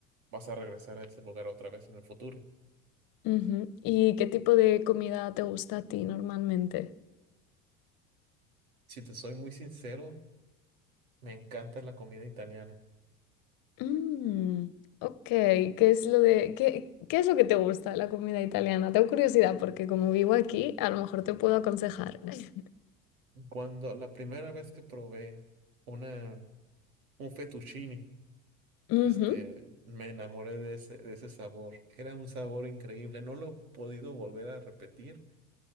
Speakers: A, on the right (about 80°); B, on the left (about 50°).
A: vas a regresar a ese lugar otra vez en el futuro.
B: Ujú. ¿Y qué tipo de comida te gusta a ti normalmente?
A: Si te soy muy sincero, me encanta la comida italiana.
B: Mm, ok, ¿qué es lo de, qué, qué es lo que te gusta de la comida italiana? Tengo curiosidad porque como vivo aquí, a lo mejor te puedo aconsejar. <laughs>
A: Cuando la primera vez que probé una, un fettuccine,
B: Ujú,
A: este, me enamoré de ese, de ese sabor. Era un sabor increíble. No lo he podido volver a repetir,